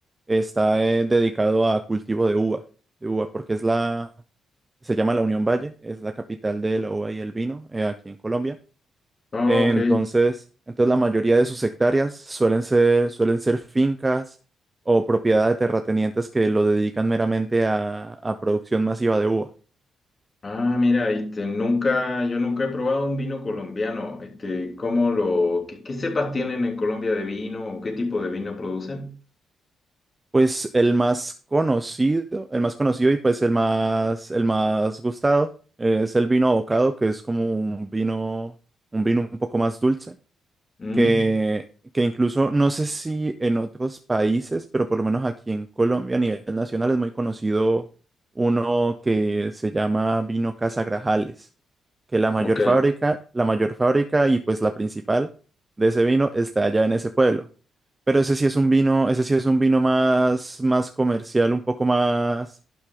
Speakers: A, on the right (about 25°); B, on the left (about 35°).
A: está eh, dedicado a cultivo de uva, de uva, porque es la, se llama la Unión Valle, es la capital de la uva y el vino eh, aquí en Colombia.
B: Oh,
A: Entonces,
B: ok.
A: entonces la mayoría de sus hectáreas suelen ser, suelen ser fincas o propiedad de terratenientes que lo dedican meramente a, a producción masiva de uva.
B: Ah, mira, viste, nunca, yo nunca he probado un vino colombiano. Este, ¿cómo lo, qué, qué cepas tienen en Colombia de vino o qué tipo de vino producen?
A: Pues el más conocido, el más conocido y pues el más, el más gustado eh, es el vino abocado, que es como un vino, un vino un poco más dulce,
B: Mm,
A: que, que incluso no sé si en otros países, pero por lo menos aquí en Colombia a nivel nacional es muy conocido uno que se llama vino Casa Grajales, que la mayor
B: ok.
A: fábrica, la mayor fábrica y pues la principal de ese vino está allá en ese pueblo. Pero ese sí es un vino, ese sí es un vino más, más comercial, un poco más,